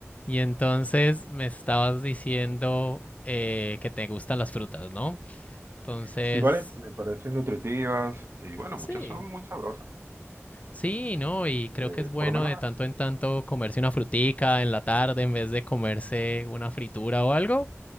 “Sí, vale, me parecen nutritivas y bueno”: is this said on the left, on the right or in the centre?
Right